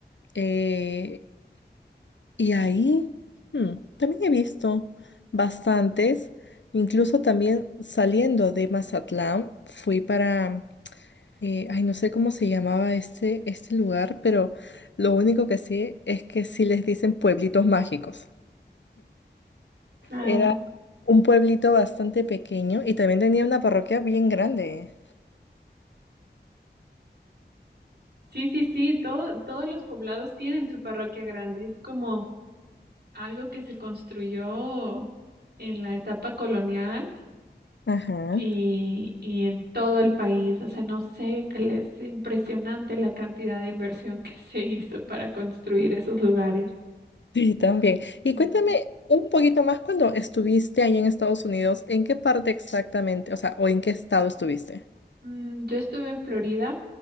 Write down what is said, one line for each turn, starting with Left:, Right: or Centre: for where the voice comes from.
Left: Eh, Y ahí hmm, también he visto bastantes, incluso también saliendo de Mazatlán, fui para, eh, ay, no sé cómo se llamaba este, este lugar, pero lo único que sí es que sí les dicen pueblitos mágicos.
Right: claro.
Left: Era un pueblito bastante pequeño y también tenía una parroquia bien grande.
Right: Sí, sí, sí, todo, todos los poblados tienen su parroquia grande, es como algo que se construyó en la etapa colonial
Left: Ajá.
Right: y, y en todo el país. O sea, no sé, que le- es impresionante la cantidad de inversión que <laughs> se hizo para construir esos lugares.
Left: Sí, también. Y
Right: Ujú.
Left: cuéntame un poquito más cuando estuviste ahí en Estados Unidos, ¿en qué parte exactamente, o sea, o en qué estado estuviste?
Right: Mm, yo estuve en Florida,